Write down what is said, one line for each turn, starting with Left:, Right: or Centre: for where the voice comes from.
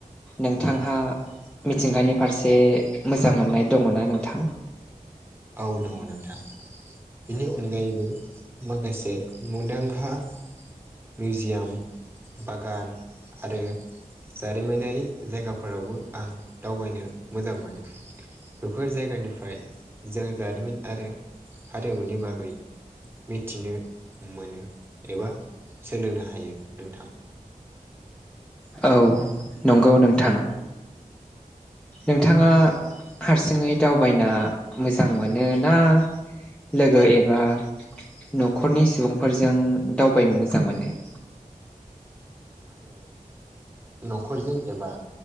Centre: नोंथांहा मिथिंगानि फारसे मोजां मोननाय दङ ना नोंथां?
Right: औ दङ नोंथां बेनि अनगायैबो माखासे मुंदांखा मिउजियाम बागान आरो जारिमिनारि जायगाफोरावबो आं दावबायनो मोजां मोनो। बेफोर जायगानिफ्राय जों जारिमिन आरो हारिमुनि बागै मिथिनो मोनो एबा सोलोंनो हायो नोंथां।
Centre: औ नंगौ नोंथां। नोंथाङा हारसिङै दावबायना मोजां मोनो ना लोगो एबा न'खरनि सुबुंफोरजों दावबायनो मोजां मोनो?
Right: आङो न'खरजों एबा